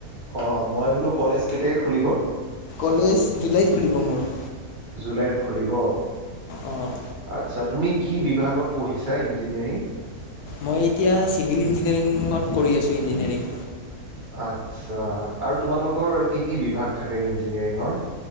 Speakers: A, on the right (about 35°); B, on the left (about 80°).
A: অঁ মই বোলো কলেজ কেতিয়াকৈ খুলিব?
B: কলেজ জুলাইত খুলিব মোৰ।
A: জুলাইত খুলিব
B: অ'।
A: আচ্ছা, তুমি কি বিভাগত পঢ়িছা ইঞ্জিনিয়াৰিং?
B: মই এতিয়া চিভিল ইঞ্জিনিয়াৰিঙত কৰি আছো ইঞ্জিনিয়াৰিং।
A: আচ্ছা আৰু তোমালোকৰ কি কি বিভাগ থাকে ইঞ্জিনিয়াৰিঙৰ?